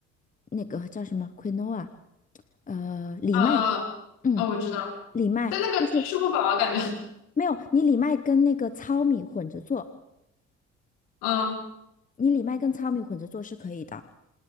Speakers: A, on the left (about 20°); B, on the left (about 65°).
A: 那个叫什么 quinoa，呃，藜麦，
B: 啊啊啊！
A: 嗯，
B: 啊我知道，
A: 藜麦就是
B: 但那个吃不饱啊，感觉，
A: 没有，你藜麦跟那个糙米混着做，
B: <laughs> 嗯，
A: 你藜麦跟糙米混着做是可以的。